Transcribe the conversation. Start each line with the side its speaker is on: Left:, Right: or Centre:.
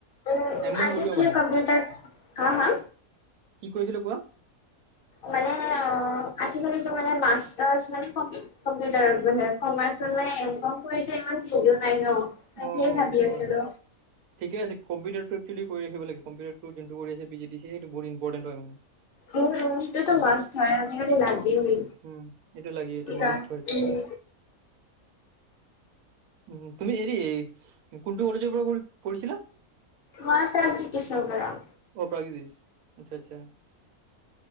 Left: উম
Right: এম কম
Left: আজি
Right: কৰিবা
Left: কি
Right: মানে
Left: কম্পিউটাৰ হা হা
Right: কি কৰিছিলো কোৱা
Left: মানে অ আজিকালিতো মানে মাষ্টাৰছ মানে কমপ্লিট কম্পিউটাৰত মানে কমাৰ্চত মানে এম কম কৰিটো ইমান ভেলু নাই ন তাকেই
Right: অ
Left: ভাবি
Right: এইটো
Left: আছিলো।
Right: হয় ঠিকে আছে কম্পিউটাৰটো একচোৱেলি কৰি ৰাখিব লাগে কম্পিউটাৰটো যোনটো কৰি আছে পিজি ডিচি সেইটো বহুত ইম্পটেন হয় মানে।
Left: উম উম সেইটোতো
Right: উম
Left: মাষ্ট হয় আজিকালি লাগেই
Right: উম এইটো লাগে এইটো
Left: সেইকাৰণে
Right: মাষ্ট হয়
Left: উম
Right: উম তুমি এ তি কোনটো কলেজৰ পৰা ক কৰিছিলা
Left: মই প্ৰাগজ্যোতিষৰ পৰা
Right: অ প্ৰাগজ্যোতিষ আচ্ছা আচ্ছা